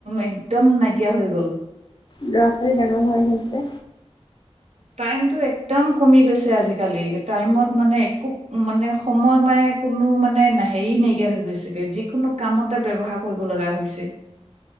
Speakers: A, on the right; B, on the left.
A: একদম নাইকিয়া হৈ গ'ল।
B: লৰা ছোৱালী ডাঙৰ হৈ আহিছে।
A: টাইমতটো একদম কমি গৈছে আজিকালি টাইমত মানে একো- উম মানে সময় মানে কোনো মানে হেৰি নাইকিয়া হৈ গৈছেগে যিকোনো কামত ব্যৱহাৰ কৰিব লগা হৈছে।